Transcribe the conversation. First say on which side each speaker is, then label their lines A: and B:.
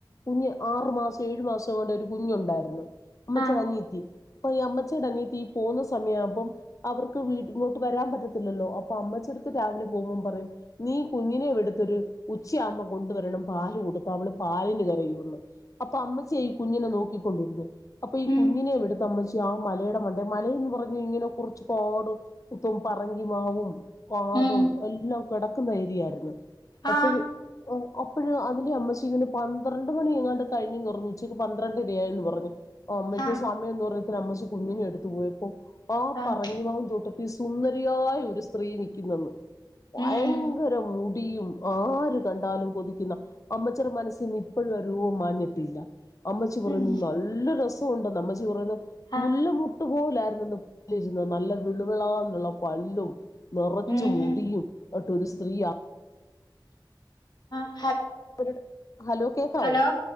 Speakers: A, on the left; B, on the left.
A: കുഞ്ഞ് ആറു മാസം ഏഴു മാസം കൊണ്ട് ഒരു കുഞ്ഞുണ്ടായർന്നു അമ്മച്ചിടെ
B: ആഹ്
A: അനിയത്തി അപ്പൊ ഈ അമ്മച്ചേട അനിയത്തി പോവുന്ന സമയയാവുമ്പം അവർക്ക് വീട്ട ഇങ്ങോട്ട് വരാൻ പറ്റാത്ത ലല്ലോ അപ്പൊ അമ്മച്ചെടുത്ത് രാവിലെ പോകുമ്പം പറയും നീ കുഞ്ഞിനെ ഇവിട്ത്തൊരു ഉച്ചയാകുമ്പ കൊണ്ടുവരണം പാല് കൊടുക്കാ അവള് പാലിന് കരയുമെന്ന് അപ്പൊ അമ്മച്ചേ ഈ കുഞ്ഞിനെ നോക്കി കൊണ്ടിരിക്ക അപ്പം ഈ
B: ഉം
A: കുഞ്ഞിനെയും എടത്ത് അമ്മച്ചി ആ മലെടെ മണ്ടേ മലെന്ന് പറഞ്ഞ് കഴിഞ്ഞാ കൊറച്ച് കാടും മെത്തോം പറങ്കി ങ്കാവും കാടും
B: ഉം
A: എല്ലാം കെടക്കുന്ന ഏരിയായ്ര്ന്ന് അപ്പഴ്
B: ആഹ്
A: ഓ അപ്പഴ് അതിനെ അമ്മച്ചി പിന്നെ പന്ത്രണ്ട് മണിയങ്ങാണ്ട് കഴിഞ്ഞന്ന് പറഞ്ഞ് ഉച്ചക്ക് പന്ത്രണ്ട് വയാന്ന് പറഞ്ഞ് അമ്മയ്ക്ക്‌
B: ആഹ്
A: സമയൊന്നും അറിയത്തില്ല അമ്മച്ചി കുഞ്ഞിനെ എട്ത്ത് പോയപ്പോ ആ
B: ആഹ്
A: പറങ്കിമാൻ തോട്ടത്തി സുന്ദരി രിയായൊര് സ്ത്രീ നിക്ക്നെന്നു ഭയങ്കര
B: ഉം
A: മുടിയും ആര് കണ്ടാലും കൊതിക്കന്നാ അമ്മാച്ചിടെ മനസ്സിനിപ്പാഴും ആ രൂപം മാഞ്ഞി ട്ടില്ലാ അമ്മാച്ചി പറഞ്ഞു
B: ഉം
A: നല്ലാ രസെണ്ടാന്ന് ഉറങ്ങ്
B: ആഹ്
A: മുല്ലാ മെട്ട്ലോര്ന്ന് <unintelligible> രുന്നു നല്ലാ വെള് വെളാന്ന് ഒള്ളാ പല്ലും നൊറേച്ച്
B: ഉം
A: മുടിയും
B: ഉം
A: <unintelligible> ഒര് സ്ത്രീയാ
B: ആ
A: ഒര് ഹലോ കേക്കാവോ
B: ഹലോ